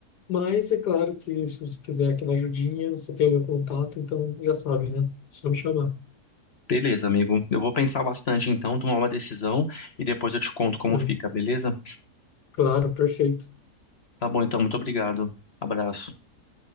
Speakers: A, on the left (about 85°); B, on the left (about 40°).
A: Mas é claro que se você quiser aquela ajudinha, você tem o meu contato, então já sabe, né? É Só me chamar.
B: beleza, amigo. Eu vou pensar bastante então, tomar uma decisão e depois eu te conto como
A: Uhum.
B: fica, beleza?
A: Claro, perfeito.
B: Tá bom, então, muito obrigado. Abraço.